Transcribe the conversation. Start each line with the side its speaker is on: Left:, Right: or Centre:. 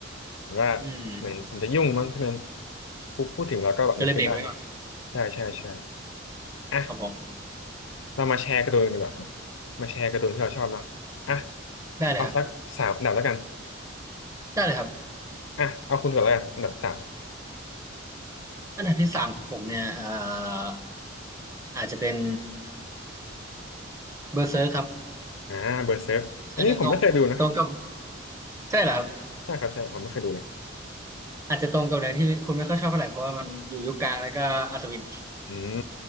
Left: ผมว่าเหมือนผมจะยุ่งมั้งที่มัน
Right: อืม
Left: พูดพูดถึงแล้วก็แบบนึกขึ้นได้เนาะ
Right: ก็เลยเบรกไว้ก่อนใช่ไหม
Left: ใช่ใช่ใช่อ่ะ
Right: ครับผม
Left: เรามาแชร์การ์ตูนกันดีกว่ามาแชร์การ์ตูนที่เราชอบเนาะอ่ะ
Right: ได้เลยครับ
Left: เอาสักสามอันดับแล้วกัน
Right: ได้เลยครับ
Left: อ่ะเอาคุณก่อนแล้วกันอันดับสาม
Right: อันดับที่สามของผมเนี่ยเอ่ออาจจะเป็นเบอร์เซอร์ครับ
Left: อ่าเบอร์เซิร์ฟอันนี้ผมไม่เคยดูนะ
Right: อาจจะตรงตรงกับใช่เหรอครับ
Left: ใช่ครับใช่ผมไม่เคยดูเลย
Right: อาจจะตรงกับแนวที่คุณไม่ค่อยชอบเท่าไหร่เพราะว่ามันอยู่ยุคกลางแล้วก็อัศวิน
Left: อืม